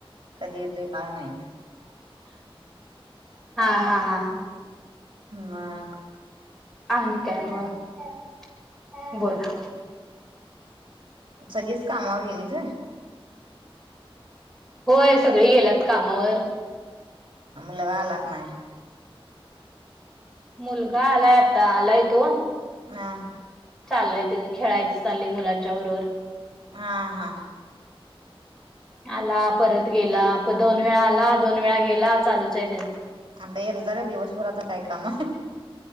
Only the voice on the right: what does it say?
कधी येते काय मात
लाख
काय सगळीच कामावर गेलीत
लगलक नाही
हा
हा हा
आता एरजार आहे दिवसभर आता काय काम आहे